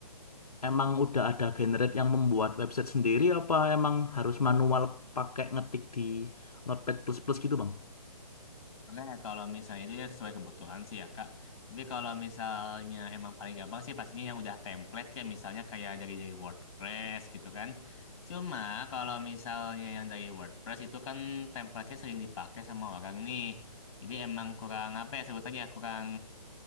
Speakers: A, on the left; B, on the left.
A: Emang udah ada generate yang membuat website sendiri apa emang harus manual pakai ngetik di Notepad plus plus gitu bang?
B: Oke, kalau misalnya itu ya sesuai kebutuhan sih ya Kak. Tapi kalau misalnya emang paling gampang sih pastinya yang udah template ya misalnya kayak dari dari WordPress gitu kan. Cuma kalau misalnya yang dari WordPress itu kan template-nya sering dipakai sama orang nih. Jadi emang kurang apa ya sebutannya kurang